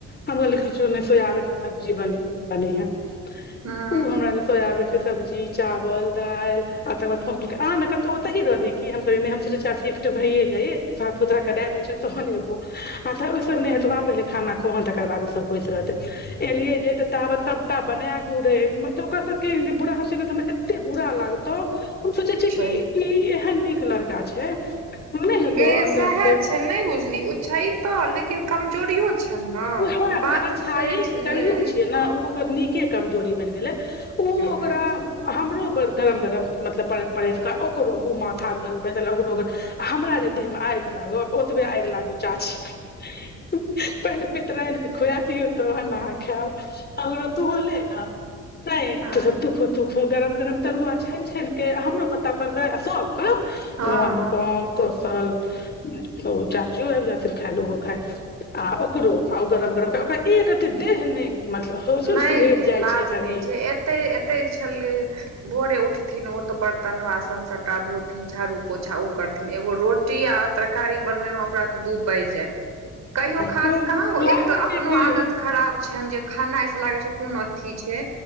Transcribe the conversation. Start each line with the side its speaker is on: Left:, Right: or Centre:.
Left: हम कहलिए किछो नय सोयाबीन केँ सब्जी बने- बनेहिए
Right: हँ
Left: उ हमरा लऽ सोयाबीन कऽ सब्जी चावल दाइल आ तकर बाद फोन केलकै आ नऽ कतौ ओतेहि रहबिही की हम कहलिए नई हम सोचै छियै आब सिफ्ट भये जाए साफ सुथरा करै दैय छियो तऽ तहन एबो आ तऽ उ सब नय हेतौ आ पहिले खाना खो हन तकर बाद ओ सब होइत रहतै एलियै जे ते ताबत सबटा बनै कऽ उ रहै मतलब ओकर सब केँ जे बुरा हो छै ने तऽ हमरा एते बुरा लाग तऽ हम सोचै छियै
Right: छै
Left: कि ई एहन नीक लड़का छै नहि हेतौ
Right: गए
Left: अन्दर
Right: सैहै
Left: से
Right: छै नय बुझली ओ छै तऽ लेकिन कमजोरियो छै ने
Left: उहै उहै
Right: बात
Left: अच्छाई
Right: से छै
Left: कलियुग छियै नऽ उ ओकरा नीक केँ कमजोरी बैन गेलै उ
Right: वएह
Left: ओकरा
Right: छै
Left: हमरो बद गरम गरम मतलब परैस परैस कऽ ओकरो उ माथा धोए कऽ बैसल ओकरो आ हमरा जे देहमे आइग लागो ओतबै आइग लागो चाची कऽ पहिले रहिन कऽ खुआ दियौ तहन अहाँ खैब हमरो तूहू ले नऽ नई
Right: हँ
Left: तु छोर तू खो - तू खो गरम गरम तरुआ छैन छैन कऽ हमरो पता पड़ दे आ सब कऽ
Right: हँ
Left: मोन
Right: हँ
Left: नुपम कौशल मतलब ओ चाचीयो आइब जाथिन खाइ आ उहो खाय आ ओकरो आ ओ गरम गरम ओकरा एक रति देह नय मतलब होइ छै ने
Right: नय
Left: सिहरि
Right: नय
Left: जाइ
Right: लाज
Left: छै कनि
Right: नैय छै एतेय एतेय छलै भोरे उठथिन ओ तऽ बर्तन बासन सबटा धोथिन झाड़ू पोछा ओ करथिन एगो रो टिया आ तरकारी बनबै मे ओकरा तऽ दु बाइज जाय कहियो खा
Left: खूब
Right: कऽ कहाँ ओ
Left: लागै
Right: एक तऽ अपनो
Left: छै कि
Right: आदत खराब छैन जे खे नाय सँ लागै छै कोन अथी छै